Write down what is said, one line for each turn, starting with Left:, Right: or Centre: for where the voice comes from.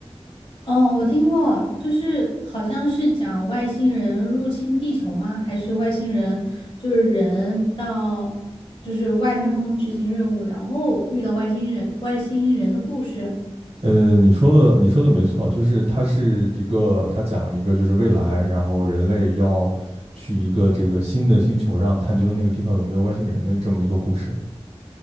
Left: 哦，我听过，就是好像是讲外星人入侵地球吗？还是外星人就是人到就是外太空执行任务，然后遇到外星人外星人的故事？
Right: 呃，你说的你说的没错，就是它是一个，它讲一个就是未来，然后人类要去一个这个新的星球上探究那个地方有没有外星人的这么一个故事。